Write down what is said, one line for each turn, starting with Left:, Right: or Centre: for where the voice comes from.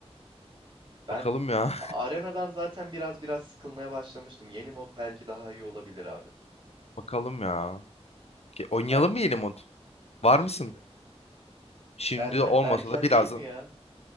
Right: Ben
Left: Bakalım ya.
Right: a- arenadan zaten biraz biraz sıkılmaya başlamıştım. Yeni mod belki daha iyi olabilir abi.
Left: <laughs> Bakalım ya. Ge- Oynayalım
Right: Sen
Left: mı yeni mod? Var
Right: şimdi
Left: mısın?
Right: mi?
Left: Şimdi
Right: Erken
Left: olmasa
Right: erken
Left: da birazdan.
Right: değil mi ya?